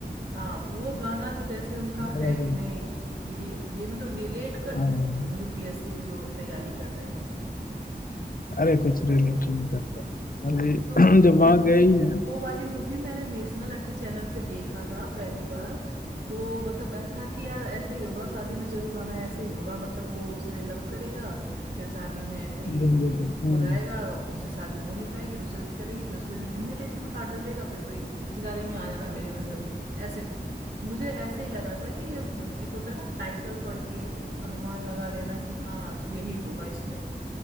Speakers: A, on the right; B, on the left.
A: हाँ, वो गाना तो जैसे उनका
B: ठुकरा
A: है कि
B: के मेरा-
A: नहीं ये ये मतलब रिलेट करता
B: हाँ
A: है एकदम यूपीएससी जो तैयारी कर रहे हैं।
B: अरे कुछ रिलेट नहीं करता भले
A: तो वो
B: <clears throat> जब वहाँ गए
A: वो
B: ही हैं
A: वो वाली मूवी मैंने नेशनल ऐसे चैनल पे देखा था पहली बार तो मतलब ऐसा था कि यार ऐसे ही होगा शादी में जरूर आना ऐसे ही होगा मतलब वो उसे लव करेगा फिर शादी में ऐसे ही
B: घूमने
A: न,
B: तो हाँ
A: बुलाएगा उससे शादी हो नहीं पाएगी दूसरे से करेगी फिर उसको इनविटेशन कार्ड दे देगा फिर वही कि शादी में आ जाना मेरे पास जरूर ऐसे था मुझे ऐसे ही लगा था कि ये एक होता है ना टाइटल पढ़ के अनुमान लगा लेना कि हाँ यही होगा इसमें